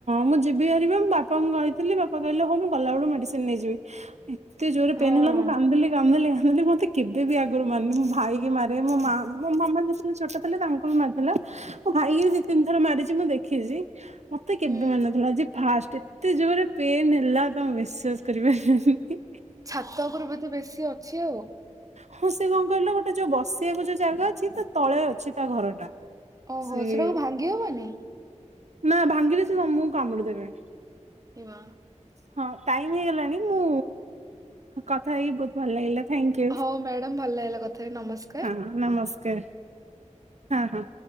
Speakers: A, on the right; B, on the right.
A: ମୁଁ ଯିବି ପାରିବି ମୁଁ ବାପାଙ୍କୁ କହିଥିଲି ବାପା କହିଲେ ହଉ ମୁଁ ଗଲାବେଡ଼ୁ ମେଡ଼ିସିନ୍ ନେଇଯିବିହ ହିଁ, ଏତେ ଜୋରେ ପେନ୍
B: ହଁ।
A: ହେଲା ମୁଁ କନ୍ଦିଲି-କାନ୍ଦିଲି-କାନ୍ଦିଲି ମତେ, କେବେ ବି ଆଗରୁ ମାରନି ମୋ ଭାଇ କି ମାରେ ମୋ ମା ମୋ ମାମା ଯେତେବେଳେ ଛୋଟ ଥିଲେ ତାଙ୍କୁ ବି ମାରିଥିଲା, ମୁଁ ଭାଇକି ଦି ତିନି ଥର ମାରିଛି ମୁଁ ଦେଖିଛି ମତେ କେବେ
B: ହୁଁ
A: ମାନଥିଲା, ଫାଷ୍ଟ୍ ଏତେ ଜୋରରେ ପେନ୍ ହେଲା ତମ ବିଶ୍ଵାସ୍ କରିପାରିବେ ନି,
B: ଛାତ ଉପରୁ ବି ତ ବେଶୀ ଅଛି ଆଉ,
A: ହଁ ସେ କଁ କହିଲ ଗୋଟେ ଯୋଉ ବସିବାକୁ ଯୋଉ ଜାଗା ଅଛି ତ ତଳେ ଅଛି ତା ଘରଟା,
B: ଓହୋ
A: ସେଇ
B: ସେଟାକୁ ଭାଙ୍ଗି ହବନି?
A: ନା ଭାଙ୍ଗିଲେ ସେ ତମକୁ କାମୁଡି ଦେବେ,
B: ହିବା,
A: ହଁ ଟାଇମ୍ ହେଇଗଲାଣି ମୁଁ କଥା ହେଇକି ବହୁତ୍, ଭଲଲାଗିଲା ଥ୍ୟାଙ୍କୟୁ
B: ହଉ ମ୍ୟାଡାମ ଭଲ ଲାଗିଲା କଥା ହେଇକି ନମସ୍କା
A: ହଁ ନମସ୍କାର ହଁ ହଁ।